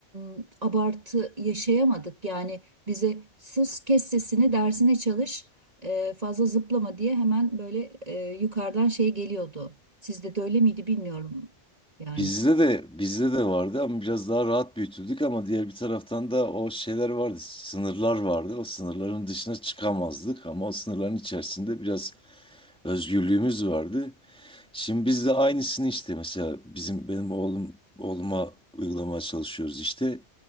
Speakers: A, on the right; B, in the centre.
A: e, abartı yaşayamadık. Yani bize sus kes sesini dersine çalış e, fazla zıplama diye hemen böyle e, yukarıdan şey geliyordu. Sizde de öyle miydi bilmiyorum. Yani
B: Bizde de bizde de vardı ama biraz daha rahat büyütüldük ama diğer bir taraftan da o şeyler vardı, sınırlar vardı. O sınırların dışına çıkamazdık ama o sınırların içerisinde biraz özgürlüğümüz vardı. Şimdi biz de aynısını işte mesela bizim benim oğlum oğluma uygulamaya çalışıyoruz işte.